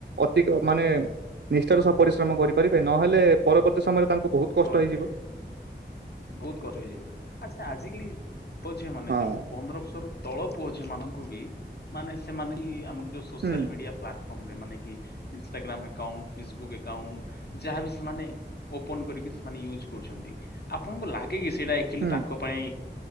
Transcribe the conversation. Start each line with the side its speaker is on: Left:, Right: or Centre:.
Right: ଅଧିକ ମାନେ ନିଷ୍ଠାର ସହ ପରିଶ୍ରମ କରିପାରିବେ ନହେଲେ ପରବର୍ତ୍ତୀ ସମୟରେ ତାଙ୍କୁ ବହୁତ କଷ୍ଟ
Left: କରିପାରିବେ
Right: ହେଇଯିବ।
Left: ବହୁତ ଖର୍ଚ୍ଚ ହେଇଯିବ ଆଚ୍ଛା ଆଜିକାଲି ପୁଅ ଝିଅ ମାନେ
Right: ହଁ
Left: ଯୋଉ ପନ୍ଦର ବର୍ଷରୁ ତଳ ପୁଅ ଝିଅ ମାନଙ୍କୁ ବି ମାନେ ସେମାନେ ଆମର ଯୋଉ ସୋସିଆଲ
Right: ହୁଁ
Left: ମିଡିଆ ପ୍ଲାଟଫର୍ମ ରେ ମାନେ କି ଇନ୍ଷ୍ଟାଗ୍ରାମ ଆକାଉଣ୍ଟ ଫେସବୁକ୍ ଆକାଉଣ୍ଟ ଯାହାବି ସେମାନେ ଓପନ କରିକି ସେମାନେ ୟୁଜ କରୁଛନ୍ତି ଆପଣଙ୍କୁ ଲାଗେ କି ସେଇଟା ଆକ୍ଚଲି
Right: ହୁଁ
Left: ତାଙ୍କ ପାଇଁ